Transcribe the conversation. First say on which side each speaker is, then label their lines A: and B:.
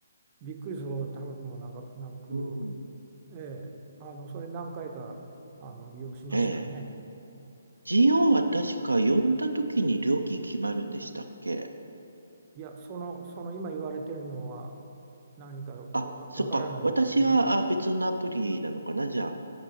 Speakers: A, on the right (about 30°); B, on the right (about 80°).
A: びっくりするほど高くもなか、なく、
B: うん。
A: ええ、あのそれ何回かあの利用しましたね。
B: ええ。GO は確か呼んだ時に料金決まるんでしたっけ
A: いやその、その今言われてるのは何かわわからないんですけど。
B: あ、そっか。私はあ別のアプリなのかなじゃあ。